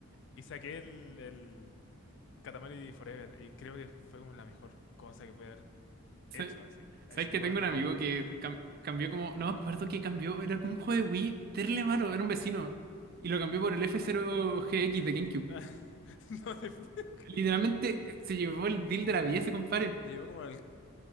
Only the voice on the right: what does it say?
<laughs> ¿sabes?
¿Sabes
que
tengo
un amigo
que cam- cambió como... No me acuerdo qué cambió, era como un juego de Wii, terrible malo, era un vecino. Y lo cambió por el F0GX de GameCube.
Literalmente eh, se llevó el deal de la vida ese compadre.